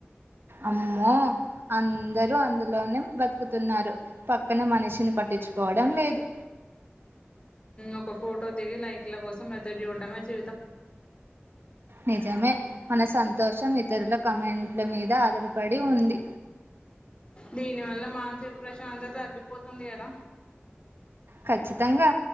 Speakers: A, on the right; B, on the left.
A: అమ్మో అందరూ అందులోనే బతుకుతున్నారు ప కన మని షిని పట్టించుకోవడం లేదు
B: ఒక ఫోటో దిగి లైక్ల కోసం ఏద్రు చూడడం మచి
A: నిజమే మన శంత్ తోషం ఇతరుల కమెంట్ల మీద ఆధారపడి ఉంది
B: దీని వల్ల మానసిక ప్రశాంత తగ్గిపోతుంది కదా
A: ఖచ్చితంగా